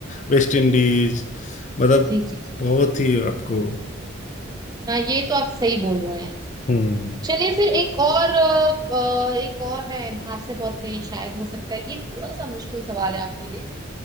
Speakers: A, on the left; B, on the right.
A: वेस्ट इंडीज मतलब
B: जी जी जी
A: बहुत ही आपको
B: हाँ ये तो आप सही बोल रहे हैं
A: हम्म
B: चलिए फिर एक और अ, अ, एक और मैं आपसे बहुत ही शायद हो सकता है ये थोड़ा सा मुश्किल सवाल है आपके लिए